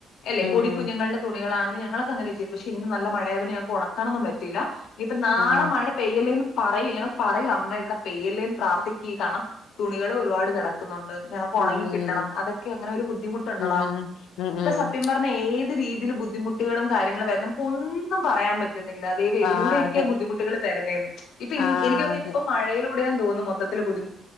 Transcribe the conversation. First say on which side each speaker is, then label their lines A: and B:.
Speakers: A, on the left; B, on the left.
A: യല്ലെ
B: ഉം
A: പൊടിക്കുഞ്ഞുങ്ങള്ടെ. തുണികളാണെങ്കി ഞങ്ങളൊക്കെഅങ്ങനാ ചെയ്യ്ന്നെ പക്ഷെ ഇന്ന് നല്ല മഴയായത്കൊണ്ട് ഞങ്ങക്ക് ഒണക്കാനൊന്നും പറ്റയില്ല ഇപ്പ നാളെ
B: ആഹ്
A: മഴ. പെയ്യല്ലേന്ന് പറയും ഞങ്ങള് പറയും അമ്മ ഇവ്ടെ പെയ്യല്ലേന്ന് പ്രാർത്ഥിക്കുക കാരണാം തുണികള് ഒര്പാട് കെടക്ക്ന്നൊണ്ട് ഞങ്ങക്ക്
B: ഉം
A: ഒണങ്ങി കിട്ടണം. അത ക്ക് അങ്ങനെ ഒരു ബുദ്ധിമുട്ടൊണ്ടടാ
B: ഉം ഉം
A: ഇപ്പൊ
B: ഉം
A: സത്യം പറഞ്ഞ ഏത് രീതില് ബു ബുദ്ധിമുട്ടുകളും കാര്യങ്ങളും വര്ന്നെ നമുക്ക് ഒന്നും പറയാൻ പറ്റ്ന്നില്ല. ദൈവം എതിലൂടെയൊക്കെയാ
B: ആഹ് അതെ
A: ബുദ്ധിമുട്ട്കള് തെരുന്നെന്ന് ഇപ്പൊഇ
B: ആഹ്
A: എനിക്ക് തോന്നുന്നു
B: അതെ
A: ഇപ്പം മഴയിലൂടെയാന്ന് തോന്നുമൊ ത്തത്തില് ബുദ്ധിമു